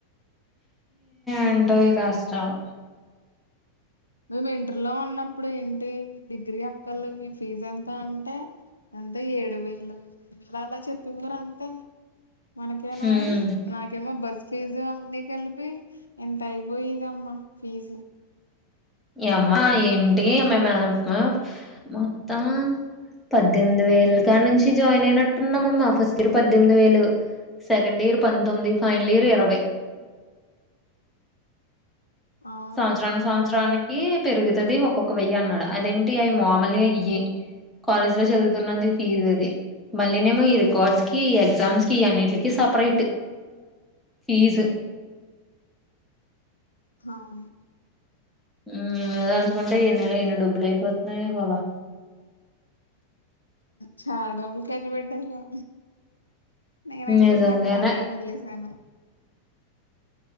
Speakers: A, in the centre; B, on the left.
A: ఉంటో ఈ కష్టల్
B: మేము ఇంటర్లో ఉన్నప్పుడు ఏంటి డిగ్రీ అక్కొల్లు మీ ఫీజు ఎంత అంటే ఎంత ఏడు వేలుడు వేల అలా చెప్పే వారు అంతే మనకేనా
A: ఉమ్
B: నాకేమో బస్ ఫీజు అన్నీ కలిపి ఎంత అయిపోయదమ్మా ఫీజు
A: అమ్మా ఏంటి మీము మ మ్ మొత్తం పద్దెనిమిది వేలు కానుంచి జాయిన్ అయినట్టున్నామమ్మ మా ఫస్ట్ ఇయర్ పద్దెనిమిది వేలు సెకండ్ ఇయర్ పంతొమ్మిది ఫైనల్ ఇయర్ ఇరవై
B: అవును
A: సంవత్సరానికి సంవత్సరానికి
B: ఉమ్
A: పెరుగుతది ఒక్కొక్క వెయ్యి అన్నాడు అదేంటి అవి మామలుగా ఇయ్యి కాలేజ్ లో చదువుతున్నందు ఫీజు అది మళ్ళీ నెమో ఈ రికార్డ్స్ కి ఈ ఎగ్జామ్స్ కి ఈ అన్నింటికి సపరేట్ ఫీజు
B: హామ్
A: ఆయన్ని తలుచుకుంటే ఏ ఎన్ని డబ్బులు అయిపోతున్నాయే బాబా
B: చాలా డబ్బుల్ ఖర్చుపెట్టేసాం నేనైతేసగం
A: నిజంగానే
B: ఆక్కడే వదిలేసాను